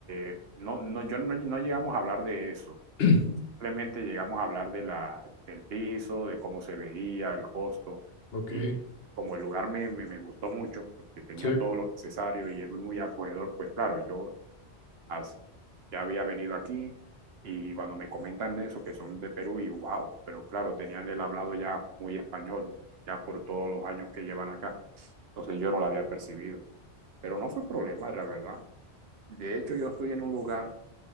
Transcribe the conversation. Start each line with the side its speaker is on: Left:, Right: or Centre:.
Right: eh, no, no, yo no, no llegamos a hablar de eso,
Left: <clears throat>
Right: simplemente llegamos a hablar de la, del piso, de cómo se veía, el costo,
Left: Ok,
Right: y como el lugar me, me, me gustó mucho, porque tenía
Left: sí,
Right: todo lo necesario y es muy acogedor, pues claro, yo as- ya había venido aquí y cuando me comentan de eso, que son de Perú, y wow, pero claro, tenían el hablado ya muy español, ya por todos los años que llevan acá. Entonces yo no la había percibido, pero no fue problema, la verdad. De hecho, yo estoy en un lugar